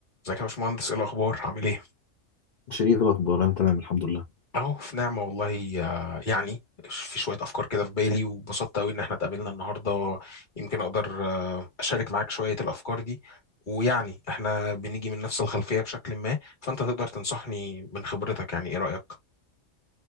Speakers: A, on the left; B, on the left.
A: ازيك يا باشمهندس ايه الاخبار عامل ايه
B: شريف الأخبار أنا تمام الحمد لله
A: اهو في نعمه والله آه، يعني في شويه افكار كده في بالي وبسطت قوي ان احنا اتقابلنا النهارده يمكن اقدر آه، اشارك معاك شويه الافكار دي ويعني احنا بنيجي من نفس الخلفيه بشكل ما فانت تقدر تنصحني من خبرتك يعني ايه رايك